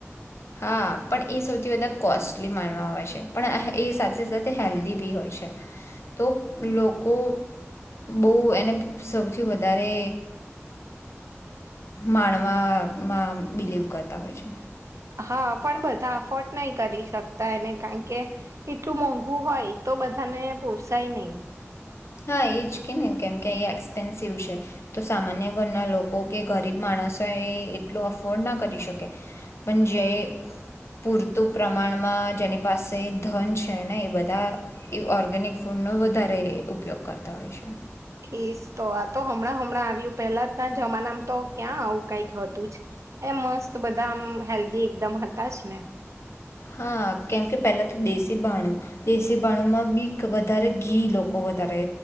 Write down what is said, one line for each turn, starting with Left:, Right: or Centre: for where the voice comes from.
Left: હા પણ એ સૌથી વધધા કોસ્ટલી માણવા આવે છે પણ એ સાથે સાથે હેલ્ધી બી હોય છે તો લોકો બહુ એને સૌથી વધારે માણવામાં બિલીવ કરતા હોય છે.
Right: હા પણ બધા અફોર્ડ નહી કરી શકતા એને કારણકે એટલું મોંઘું હોય તો બધાને પોસાય નહી.
Left: હા એ જ કે ને કેમકે એ એક્સપેન્સિવ છે તો સામાન્ય ઘરના લોકો કે ગરીબ માણસો એ એટલો અફોર્ડ ના કરી શકે પણ જે પૂરતું પ્રમાણમાં જેની પાસે ધન છે ને એ બધા એ ઓર્ગેનિક ફૂડનો વધારે. ઉપયોગ કરતા હોય છે.
Right: ઈસ તો આ તો હમણાં હમણાં આવ્યું પેલા ના જમાનામ તો ક્યાં આવું કઈક હતું જ એ મસ્ત બધા આમ હેલ્ધી એકદમ હતા જ ને.
Left: હા કેમકે પહેલા તો દેશી ભાણું દેશી ભાણુંમાં બી વધારે ઘી લોકો વધારે